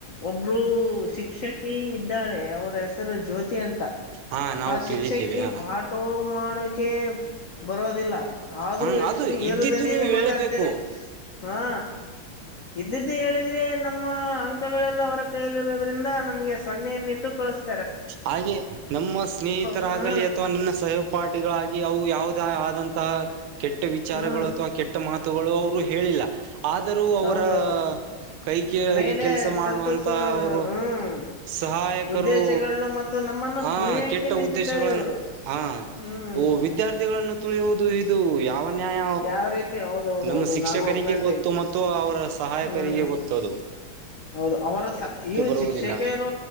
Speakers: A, on the left (about 90°); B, on the right (about 80°).
A: ಒಬ್ಬರು ಶಿಕ್ಷಕಿ ಇದ್ದಾಳೆ ಅವ್ರ ಹೆಸರು ಜ್ಯೋತಿ ಅಂತ
B: ಹಾ ನಾವು
A: ಆ ಶಿಕ್ಷಕಿ
B: ಕೇಳಿದ್ದೇವೆ ಹಾ
A: ಬಾ ಪಾಠ ಮಾಡೋಕೆ ಬರೋದಿಲ್ಲ ಆದ್ರೂ
B: ಹ
A: ಎಷ್ಟು
B: ಅದು ಇದ್ದಿದ್ದು
A: ಏರು ದನಿಯಲ್ಲಿ
B: ನೀವು ಹೇಳಬೇಕು
A: ಮಾತಾಡ್ತರೆ. ಹಾ, ಇದ್ದಿದ್ದು ಹೇಳಿದ್ರೆ ನಮ್ಮ ಅಂಕಗಳೆಲ್ಲ ಅವರ ಕೈಯಲಿ ಇರೋದ್ರಿಂದ ನಮಗೆ ಸೊನ್ನೆಯನ್ನಿಟ್ಟು ಕಳ್ಸತಾರೆ.
B: ಹಾಗೆ ನಮ್ಮ ಸ್ನೇಹಿತರಾಗಲಿ
A: ಹ್ಮ
B: ಅಥವಾ ನನ್ನ ಸಹೋಪಾಠಿಗಳಾಗಿ ಅವು ಯಾವದ ಆದಂತಹ ಕೆಟ್ಟ ವಿಚಾರಗಳು
A: ಹ್ಮ್
B: ಅಥವಾ ಕೆಟ್ಟ ಮಾತುಗಳು ಅವರು ಹೇಳಿಲ್ಲ ಆದರೂ ಅವರ
A: ಹೌದೌದು
B: ಕೈ ಕೆಳಗೆ
A: ಮೇಲೆ
B: ಕೆಲಸ ಮಾಡುವಂತಹ
A: ಸತ್ತು ಸ
B: ಅವರು
A: ಹ್ಮ್
B: ಸಹಾಯಕರು.
A: ಉದ್ದೇಶಗಳನ್ನು ಮತ್ತು ನಮ್ಮನ್ನು
B: ಹಾ,
A: ತುಳಿಯಕೆ
B: ಕೆಟ್ಟ
A: ನಿಂತಿದ್ದಾರೆ
B: ಉದ್ದೇಶಗಳನ್ನು
A: ಇವರು
B: ಹಾ
A: ಹ್ಮ್
B: ವಿದ್ಯಾರ್ಥಿಗಳನ್ನು ಹೌದು <unintelligible> ಇದು ಯಾವ ನ್ಯಾಯ
A: ಯಾವ ರೀತಿ ಹೌದೌದೌದು
B: ನಮ್ಮ ಶಿಕ್ಷಕರಿಗೆ
A: ನಾನು ಒಪ್ಕೊಂತೀನಿ
B: ಗೊತ್ತು ಮತ್ತು ಅವರ ಸಹಾಯಕರಿಗೆ
A: ಹ್ಮ್
B: ಗೊತ್ತು. ಚದುವು <unintelligible>
A: ಹೌದು, ಅವರ ಇವು
B: ಬರುವುದಿಲ್ಲ
A: ಶಿಕ್ಷಕರು